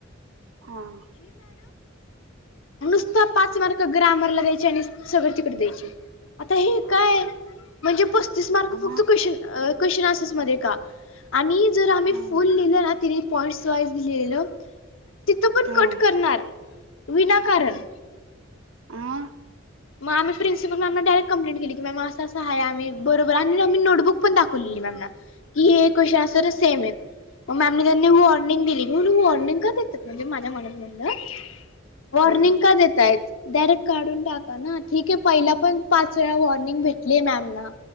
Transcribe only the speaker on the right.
हां
हा
हा
हा
आं
हा